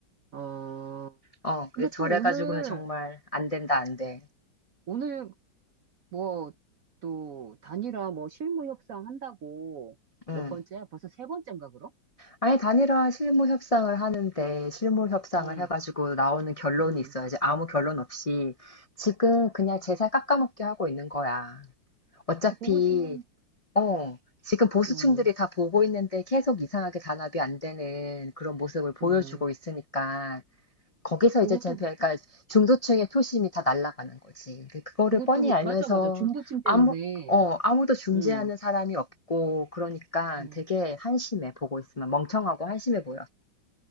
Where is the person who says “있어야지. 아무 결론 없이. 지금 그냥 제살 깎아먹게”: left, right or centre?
Left